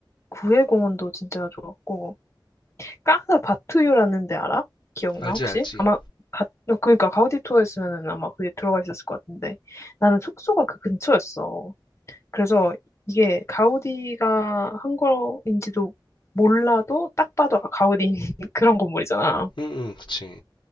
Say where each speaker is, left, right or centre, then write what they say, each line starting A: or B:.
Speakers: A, on the left; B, on the left.
A: 구해공원도 진짜 좋았고. 까나 바투유라는 데 알아? 기억나
B: 알지,
A: 혹시?
B: 알지.
A: 아마 가, 그러니까 가우디 투어 였으면은 아마 그게 들어가 있었을 것 같은데 나는 숙소가 그 근처였어. 그래서 이게 가우디가 한 거인지도 몰라도 딱 봐도 아, 가우디인 <laughs> 그런 건물이잖아.
B: 응, 응, 그치.